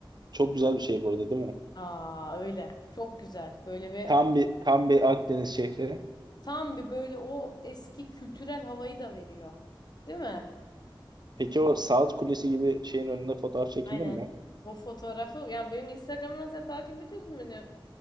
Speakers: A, on the right (about 55°); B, on the left (about 50°).
A: çok güzel bir şehir burada değil mi?
B: Aa öyle. Çok güzel. Böyle bir
A: Tam bir tam bir Akdeniz şehri.
B: tam bir böyle o eski kültürel havayı da veriyor. Değil mi?
A: Peki o Saat Kulesi gibi şeyin önünde fotoğraf çekildin
B: Aynen.
A: mi?
B: O fotoğrafı ya benim Instagram'dan sen takip ediyorsun beni.